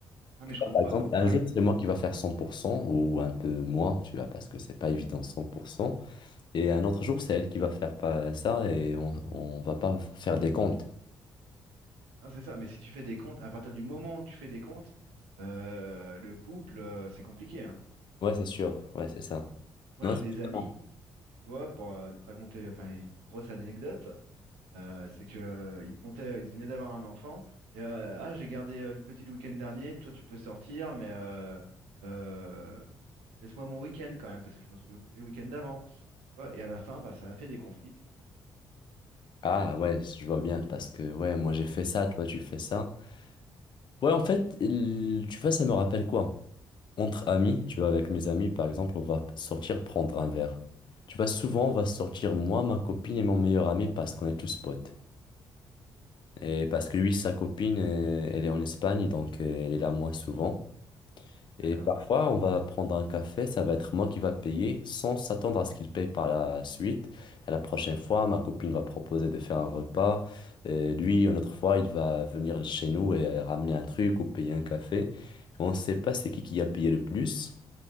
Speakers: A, on the right; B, on the left.
A: Ah
B: Tu
A: mais je
B: vois,
A: compte
B: par
A: pas,
B: exemple,
A: moi
B: un
A: pareil.
B: jour, c'est moi qui va faire 100% ou un peu moins, tu vois, parce que c'est pas évident 100%. Et un autre jour, c'est elle qui va faire pas ça et on, on va pas faire des comptes.
A: Non, c'est ça, mais si tu fais des comptes, à partir du moment où tu fais des comptes, euh, le couple, euh, c'est compliqué. hein.
B: Ouais, c'est sûr. Ouais, c'est ça.
A: Moi
B: Non,
A: j'ai
B: c'est
A: des
B: différent.
A: amis, tu vois, pour euh, te raconter enfin, une grosse anecdote, Euh, c'est que euh, il comptait, il venait d'avoir un enfant. Et euh, ah, j'ai gardé euh, le petit le week-end dernier. Toi, tu peux sortir, mais euh, euh, laisse-moi mon week-end quand même, parce que je m'en suis occupé le week-end d'avant. Tu vois, et à la fin, bah, ça a fait des conflits, puis ils se sont séparés.
B: Ah ouais, je vois bien parce que ouais, moi j'ai fait ça, toi tu fais ça. Ouais, en fait, l- tu vois, ça me rappelle quoi? entre amis, tu vois, avec mes amis, par exemple, on va sortir prendre un verre. Tu vois, souvent, on va sortir moi, ma copine et mon meilleur ami parce qu'on est tous potes. Et parce que lui, sa copine, euh, elle est en Espagne, donc euh, elle est là moins souvent. Et
A: D'accord.
B: parfois, on va prendre un café, ça va être moi qui va payer sans s'attendre à ce qu'il paye par la suite. À la prochaine fois, ma copine va proposer de faire un repas. Et lui, une autre fois, il va venir chez nous et euh, ramener un truc ou payer un café. On ne sait pas c'est qui qui a payé le plus.